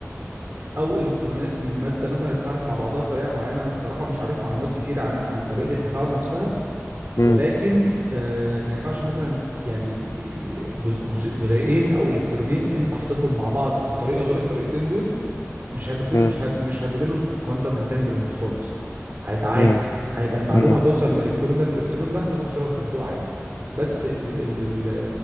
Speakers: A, on the right; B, on the left.
A: او الكترونات من ماده مثلا اتفاعلت مع بعضها بطريقه معينه انا الصراحه مش عارف معلومات كتير عن عن طريقه التفاعل نفسها
B: امم
A: ولكن آه، ما ينفعش مثلا يعني جزء جزء جزيئين او الكترونين انت حاططهم مع بعض بطريقه غير الطريقتين دول مش هيبقى في
B: امم
A: مش هيبقى مش هيبقى بينهم كوانتم انتانجلمنت خالص هيبقى عادي
B: امم
A: هيبقى المعلومه
B: امم
A: هتوصل من الالكترون ده للالكترون ده هتاخد سرعه الضوء عادي بس ال ال ال